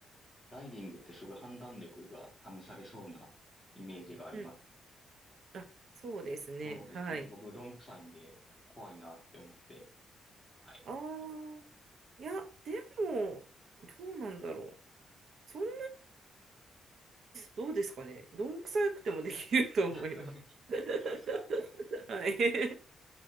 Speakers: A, in the centre; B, on the right (about 55°).
A: ダイビングってすごい判断力が試されそうなイメージがあります。
B: うん。あ、そうですね。
A: そうですね。
B: はい。
A: 僕、どんくさいんで怖いなって思って。はい。
B: ああ、いや、でも、どうなんだろう。そんなどうですかね。どんくさくてもできると思います。
A: <laughs>
B: <laughs>
A: あそうですか。
B: はい。